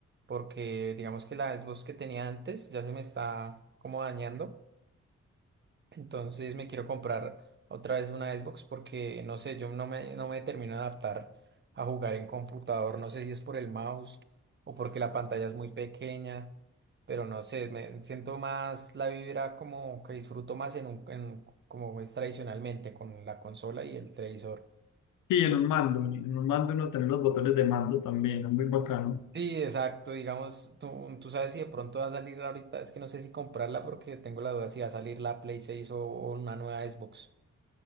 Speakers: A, on the right; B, on the left.
A: porque digamos que la Xbox que tenía antes ya se me está como dañando. Entonces me quiero comprar otra vez una Xbox porque, no sé, yo no me, no me termino de adaptar a jugar en computador. No sé si es por el mouse o porque la pantalla es muy pequeña, pero no sé, me siento más la vibra como que disfruto más en un, en, como es tradicionalmente con la consola y el televisor.
B: Sí, en un mando, en en un mando uno tener los botones de mando también, es muy bacano.
A: Sí, exacto. Digamos, tú, tú sabes si de pronto va a salir ahorita, es que no sé si comprarla porque tengo la duda si va a salir la Play 6 o o una nueva Xbox.